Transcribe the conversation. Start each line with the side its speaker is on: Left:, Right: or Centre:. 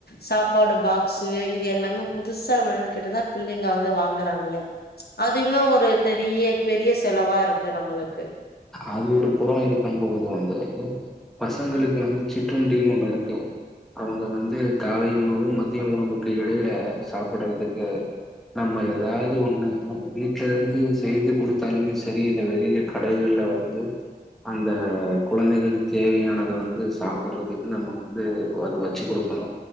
Left: சாப்பாடு பாக்ஸு இது எல்லாமே புதுசா வேனுன்கிட்டுதான் பிள்ளைங்க அழுது வாங்குறாங்களே அதிவ்மே ஒரு தெரிய்ய பெரிய செலவா இருக்கு நம்மளுக்கு
Centre: அது ஒருக் புறம் இருக்கும் போது வந்து பசங்களுக்கு வந்து சிற்றுண்டின்னு ஒண்ணு இருக்கு அவங்க வந்து காலை உணவு மதிய உணவுக்கு இடையில சாப்புட்றதுக்கு நம்ம எதாவது ஒண்ணு வீட்ல இருந்து செய்து குடுத்தாலுமே சரி இல்ல வெளியில கடைலள்ல வந்து அந்த குழந்தைகளுக் தேவையானத வந்து சாப்புட்றதுக்கு நம்ம வந்து அது வச்சி குடுக்கணு